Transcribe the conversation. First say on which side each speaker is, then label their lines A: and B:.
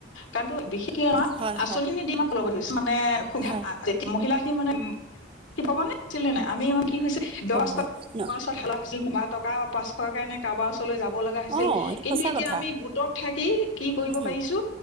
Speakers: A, on the left (about 80°); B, on the right (about 30°).
A: কাৰণ বিশেষ
B: হয়,
A: আচল
B: হয়,
A: খিনি দিমাক <unintelligible> নাই সুধ
B: হয়।
A: মহিলা মানে কি পাবা নেছিল নে নাই আমি মানে কি হৈছে দহটা
B: অ', ন
A: মাছঠ লা হৈছিল বা টকা পাঁচশৰ কাৰণে কাৰোবাৰ যাব লগা হৈছিল
B: অ', এইটো
A: কিন্তু
B: সঁচা
A: এতিয়া
B: কথা।
A: আমি গোটত থাকি কি কৰিব
B: উম,
A: পাৰিছো